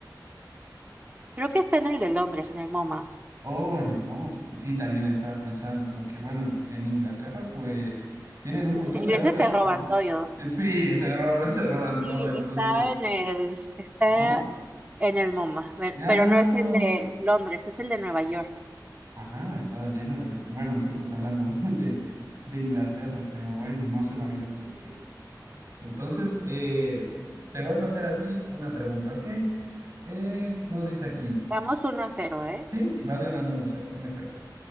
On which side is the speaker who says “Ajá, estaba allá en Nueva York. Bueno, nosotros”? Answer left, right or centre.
Right